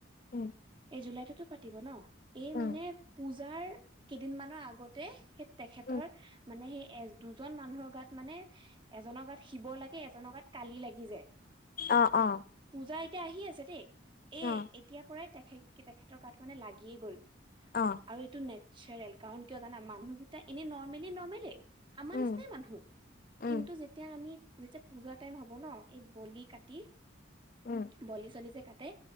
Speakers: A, on the left; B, on the right.
A: উম
B: এই জুলাইততো পাতিব ন'? এই
A: উম
B: মানে পূজাৰ কেইদিনমানৰ আগতে সেই তেখেতৰ
A: উম
B: মানে সে এজ- দুজন মানুহৰ গাত মানে, এজনৰ গাত শিৱ লাগে, এজনৰ গাত কালী লাগি যায়।
A: অ অ
B: পূজা এতিয়া আহি আছে দেই এ
A: অ
B: এতিয়াৰ পৰাই। তেখেত তেখেতৰ গাত মানে লাগিয়ে গ'ল
A: অ
B: আৰু এইটো নে চেৰেল কাৰণ কিয় জানা মানুহকেইটা এনেই নৰ্মেলি নৰ্মলে আমাৰ
A: উম
B: নিচিনাই মানুহ।
A: উম
B: কিন্তু যেতিয়া আমি- যেতিয়া পূজা টাইম হ'ব ন', এই বলি কাটি,
A: উম
B: বলি-চলি যে কাটে,